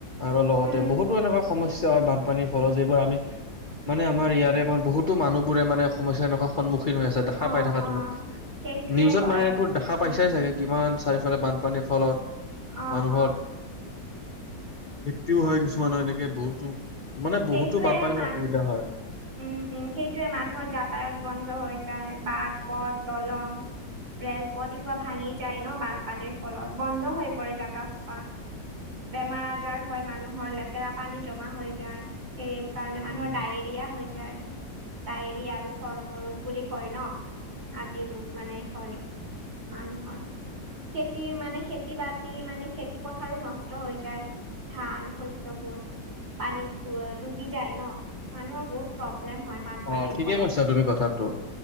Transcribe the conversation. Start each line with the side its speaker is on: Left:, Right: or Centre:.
Left: আৰু লগতে
Right: উম
Left: বহুতো এনেকুৱা সমস্যা হয় তাত। পানীৰ ফলত যিবোৰ আমি, মানে আমাৰ ইয়াৰে মোৰ বহুতো মানুহবোৰে মানে সমস্যা এনেকুৱা সন্মুখীন হৈ আছে। দেখা
Right: অ
Left: পাই থাকা
Right: অ
Left: তুমি,
Right: সেইটোৱে
Left: নিউজত
Right: হয়
Left: মানে এইবোৰ দেখা
Right: উম
Left: পাইছাই
Right: উম
Left: চাগে কিমান চাৰিওফালে বানপানীৰ ফলত -
Right: অ
Left: মানুহৰ।
Right: অ।
Left: ভিত্তিও হয় কিছুমানৰ এনেকে বহুতো, মানে
Right: সেইটোৱে
Left: বহুতো বানপানীৰ
Right: মান
Left: পৰা অসুবিধা হয়।
Right: উম উম সেইটোৱে, মানুহৰ যাতায়ত বন্ধ হৈ যায়, বাট, পথ, দলং। ৰেলপথ এইসোপা ভাঙি যায় ন' বানপানীৰ ফলত, বন্ধ হৈ পৰে জাগাসোপা। বেমাৰ আজাৰ হয় মানুহৰ, লেতেৰা পানী জমা হৈ যায়, সেই কাৰণে
Left: উম
Right: মানুহৰ ডায়েৰ। ৰীয়া হৈ যায়। ডায়েৰী আৰু চৰ্ম ৰোগ বুলি কয় ন', আদি ৰোগ মানে হয়। মানুহৰ। খেতিৰ, মানে খেতি-বাতি, মানে খেতি পথাৰো নষ্ট হৈ যায়। ধান শস্যবোৰ। পানীত ড ডুবি যায় ন', মানুহৰ বহুত প্ৰব্লেম হয় বানপানীৰ
Left: অ ঠিকে
Right: ফলত,
Left: কৈছা তুমি কথাটো